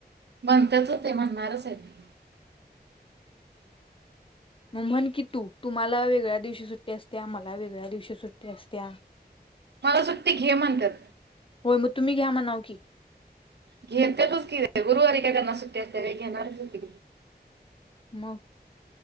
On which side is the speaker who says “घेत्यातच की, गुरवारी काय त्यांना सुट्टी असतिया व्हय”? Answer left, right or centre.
Right